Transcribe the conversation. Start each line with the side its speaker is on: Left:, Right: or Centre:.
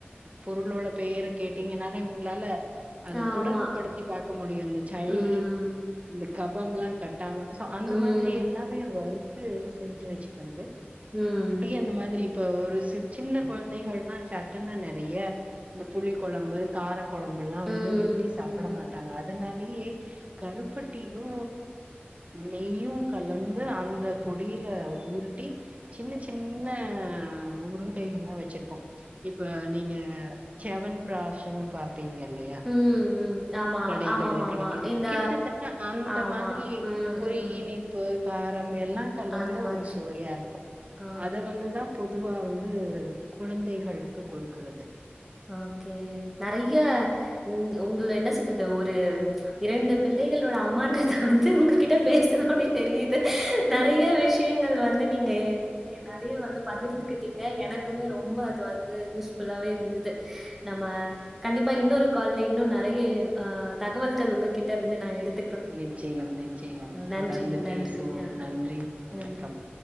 Right: பொருளோட பெயர கேட்டீங்கனாலே உங்களால அத
Centre: ஆமா
Right: தொடர்பு படுத்தி பாக்க முடியனு சளி
Centre: ம்
Right: இந்த கபம்லா கட்டாம சோ அந்த
Centre: ம் ம்
Right: மாதிரி எல்லாமே வறுத்து செஞ்சு வச்சிக்றது
Centre: ம்
Right: இந்த மாதிரி இப்ப ஒரு சி சின்ன குழந்தைகள்னா சட்டுனு‌ நெறைய இந்த புளி கொழம்பு கார கொழம்புலா
Centre: ம்
Right: வந்து ஊத்தி சாப்பிட
Centre: ம்
Right: மாட்டாங்க அதனால நெய்யி கருப்பட்டியு நெய்யு கலந்து அந்த பொடியில ஊருட்டி சின்ன சின்ன உருண்டைகளா வச்சிருப்போ இப்ப நீங்க செவன் பிராஷ்ன் பாப்பீங்க இல்லையா
Centre: ம் ம் ஆமா
Right: கடைகள்ல
Centre: ஆமாமாமா
Right: கிடைக்குது
Centre: இந்த
Right: கிட்டத்தட்ட அந்த
Centre: ஆமா
Right: மாதிரி
Centre: ம்
Right: ஒரு
Centre: ம்
Right: இனி ப்பு காரம் எல்லாங்கலந்த
Centre: அந்த மாதிரி
Right: ஒரு சுவையா இருக்கு
Centre: ஆ
Right: அத வந்துதா பொதுவா வந்து குழந்தைகளுக்கு கொடுக்கறது
Centre: ஓகே நறைய ம் உங்ள என்ன சொல்றது ஒரு இரண்டு பிள்ளைகளோட அம்மான்றத வந்து உங்க கிட்ட பேசுனோனே தெரியுது நெறைய விஷ் யங்கள் வந்து நீங்க எ நெறைய வந்து பகிர்ந்துகிட்டீங்க எனக்குமே ரொம்ப அது வந்து யூஸ்ஃபுல்லாவே இருந்தது நம்ம கண்டிப்பா இன்னொரு கால்ல இன்னு நெறைய ஆ தகவல்கள் உங்ககிட்ட இருந்து நா எடுத்
Right: நிச்சயம் நிச்சயம் தொடர்ந்து
Centre: நன்றிங்க,
Right: பேசுவோம்
Centre: நன்றி. அ
Right: நன்றி வணக்கம்
Centre: நன்றி.